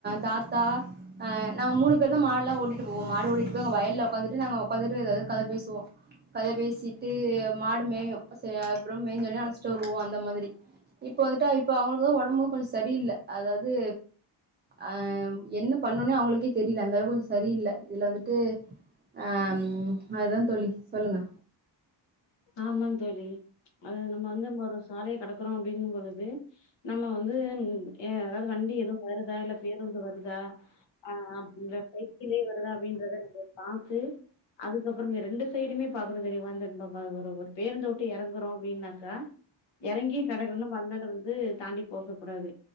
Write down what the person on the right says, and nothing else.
தாத்தா அ நாங்க மூணு பேருதான் மாடெலாம் ஓட்டிகிட்டு போவோம் மாடு ஓட்டிகிட்டு போய் அங்க வயலில் உக்காந்துட்டு நாங்கள் உக்காந்துட்டு எதாவது கதை பேசுவோம் கதை பேசியிட்டு மாடு மேயும் அப்புறம் மேஞ்சவுடனே அழைச்சிட்டு வருவோம் அந்த மாதிரி இப்ப வந்துட்டு இப்ப அவங்களுக்கு உடம்பு கொஞ்சம் சரியில்லை அதாவது அஹ் என்ன பண்ணும்னே அவங்களுக்கே தெரியல அந்தளவு சரியில்லை இதுல வந்துட்டு அஹ ம் அதுதான் தோழி சொல்லுங்க